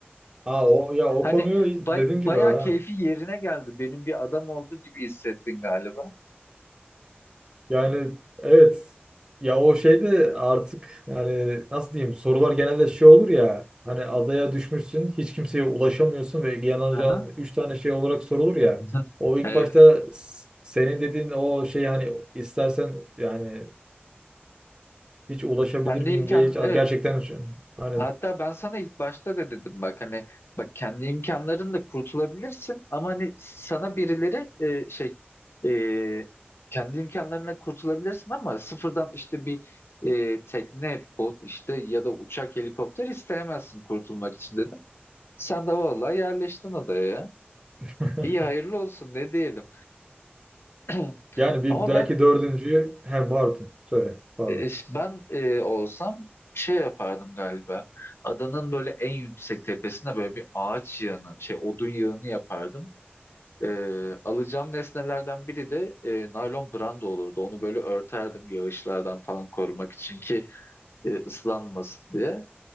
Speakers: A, on the right (about 20°); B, on the left (about 80°).
A: Aa, o, ya o
B: Hani
A: konuyu
B: bay,
A: dediğin gibi
B: bayağı
A: ha.
B: keyfi yerine geldi. Benim bir adam oldu gibi hissettin galiba.
A: Yani evet ya o şeyde artık yani nasıl diyeyim sorular genelde şey olur ya hani adaya düşmüşsün hiç kimseye ulaşamıyorsun ve yanacağın
B: Aha.
A: 3 tane şey olarak sorulur ya
B: <laughs>
A: o
B: Evet.
A: ilk başta s- senin dediğin o şey hani istersen yani hiç ulaşabilir
B: Ben
A: miyim
B: de imkan
A: diye hiç
B: evet
A: gerçekten şu- hani
B: Hatta ben sana ilk başta da dedim bak hani bak kendi imkanlarınla kurtulabilirsin ama hani sana birileri e, şey e, kendi imkanlarına kurtulabilirsin ama sıfırdan işte bir e, tekne, bot işte ya da uçak, helikopter isteyemezsin kurtulmak için dedim. Sen de vallahi yerleştin adaya.
A: <laughs>
B: İyi hayırlı olsun ne diyelim. <clears throat>
A: yani bir
B: Ama
A: belki
B: ben
A: dördüncüyü he pardon söyle pardon
B: E, Ben e, olsam şey yapardım galiba. Adanın böyle en yüksek tepesine böyle bir ağaç yığını, şey odun yığını yapardım. E, alacağım nesnelerden biri de e, naylon branda olurdu. Onu böyle örterdim yağışlardan falan korumak için ki e, ıslanmasın diye.